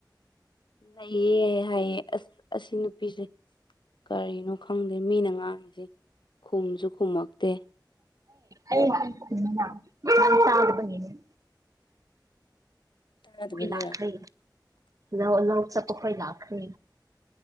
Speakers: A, on the left; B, on the right.
A: ꯂꯩꯌꯦ ꯍꯥꯏꯌꯦ ꯑꯁ ꯑꯁꯤ ꯅꯨꯄꯤꯁꯦ, ꯀꯔꯤꯅꯣ ꯈꯪꯗꯦ, ꯃꯤꯅ ꯉꯥꯡꯉꯁꯤ ꯈꯨꯝꯁꯨ ꯈꯨꯝꯃꯛꯇꯦ꯫
B: ꯑꯦ ꯆ <unintelligible>
A: ꯇꯥꯗꯕꯒꯤꯔ
B: ꯍꯣꯏ ꯂꯥꯈ꯭ꯔꯦ ꯂꯧ ꯂꯧ ꯆꯠꯄꯈꯣꯏ ꯂꯥꯛꯈ꯭ꯔꯦ꯫